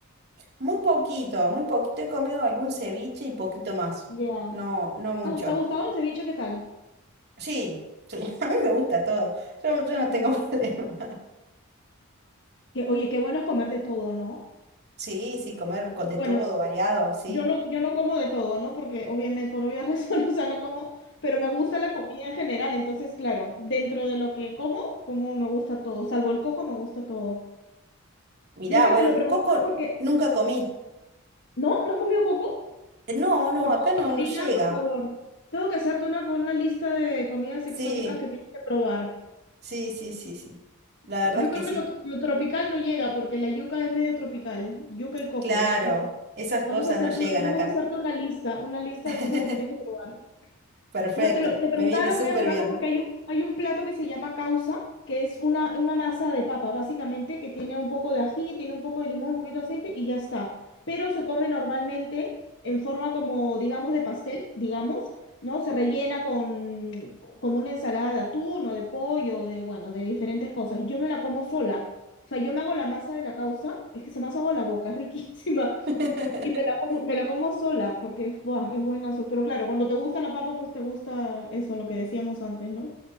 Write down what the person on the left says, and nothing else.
Ya.
¿Te ha te ha gustado el ceviche? ¿Qué tal?
Mm,
Que, oye, qué bueno es comer de todo, ¿no?
Bueno,
yo no, yo no como de todo, ¿no? Porque obviamente por obvias <laughs> razones, o sea, no como, pero me gusta la comida en general, entonces, claro, dentro de lo que como, como me gusta todo, salvo el coco, me gusta todo.
No es que
te lo preguntaba
porque,
¿no? ¿No has comido coco?
Por
favor,
Corina,
por favor. Tengo que hacerte una con una lista de comidas
exóticas que tienes que probar.
C-
Yo
creo
que lo, lo tropical no llega porque la yuca es medio tropical. Yuca y coco,
por favor.
Vamos
a hacer,
vamos
a hacerte una lista, una lista
de cosas que tienes que probar.
No, te lo te preguntaba
la
comida peruana
porque hay un, hay un plato que se llama causa, que es una, una masa de papa, básicamente, que tiene un poco de ají, tiene un poco de limón, un poquito de aceite y ya está. Pero se come normalmente en forma como, digamos, de pastel, digamos, ¿no? Se rellena con como una ensalada de atún o de pollo, de, bueno, de diferentes cosas. Yo me la como sola. O sea, yo me hago la masa de la causa, es que se me hace agua la boca, es riquísima.
Y me la como, me la como sola porque es, buah, es buenazo. Pero claro, cuando te gusta la papa, pues te gusta eso, lo que decíamos antes, ¿no?